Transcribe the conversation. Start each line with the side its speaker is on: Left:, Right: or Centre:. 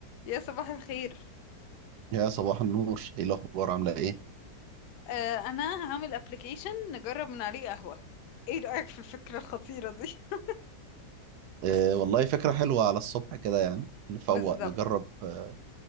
Left: يا صباح الخير
Right: يا صباح النور ايه الاخبار عامله ايه
Left: آه انا هعمل ابلكيشن نجرب من عليه قهوة ايه رأيك في الفكرة الخطيرة دي <laughs>
Right: آه والله فكره حلوه على الصبح كده يعني نفوق
Left: بالظبط
Right: نجرب آه